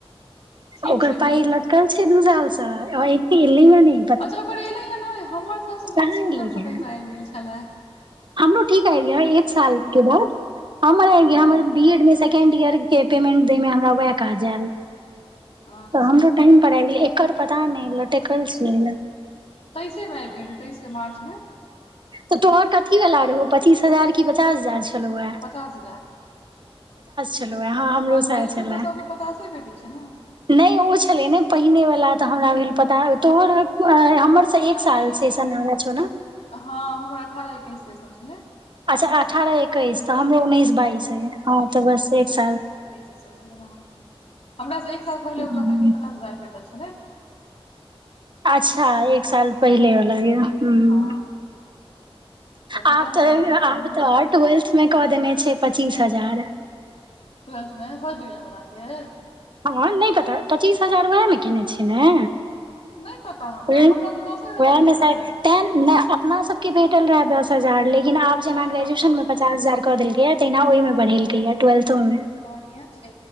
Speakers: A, on the left; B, on the right.
A: ठीक
B: ओकर
A: छै
B: पाई
A: ने
B: लटकल छै दू साल से एत एलै ये ने
A: अच्छा ओकर एले है नहि हमर सबसँ बड़
B: कहाँ
A: सुन्दरसँ
B: एलै हन
A: पैसा आबि गेल छलै
B: हमरो ठीक आए है एक साल के बाद हमर आ
A: हँ
B: हमर बी एड मे सेकेंड ईयर के पेमेंट दै मे हमरा वएह काज आयल
A: अच्छा
B: तऽ हमरो टाइम पर आब गेल एकर पता नहि लटकल छै
A: तेइसे में आबि गेल है तेइस के मार्च मे
B: तऽ तोहर कथीवला रहौ पच्चीस हजार कि पचास हजार छलौ‌एहा
A: पचास हजार
B: छलौ हे हँ हमरो
A: ह ग्रेजुएशन
B: सएह छले
A: तऽ सबके पचासे भेटै छै ने
B: नहि ओ छलै ने पहिने वाला तऽ हमरा भेल पता तोहर हमर
A: नहि
B: एक साल से ऐसा नाराज हो ने
A: हँ हमरा अठारह एकैस सेशन छलै
B: अच्छा अठारह एकैस तऽ हमरो उन्नैस बाइस
A: हँ
B: हय हँ तऽ बस एक साल
A: ह हमर से एक साल पहिले
B: हम्म,
A: ओ पचास हजार भेटल छलै
B: अच्छा एक साल पहिले वला के ह
A: हँ तऽ पचास
B: आब तऽ
A: हजार रुपैआ
B: आ
A: छलै हमरो
B: तऽ टूवेलथ मे कऽ देने छै पचीस हजार
A: ट्वेलथमे फर्स्टडिवजन बलाके
B: हँ नहि पता पचीस हजार ओएहमे कने छियै ने
A: नहि पता हमरा
B: पेन
A: हमरा तऽ दसे हजार
B: व‌एह
A: भेटल
B: में साइठटा
A: रहै ट्वेल्थमे
B: नया अपना सबके भेटल रहै दस हजार लेकिन आब जेना
A: हँ
B: ग्रेजुएशनमे पचास हजार कऽ देलकैया तहिना ओहिमे बढ़ेलकै
A: हँ
B: या ट्वेल्थो मे
A: बढ़िआँ छै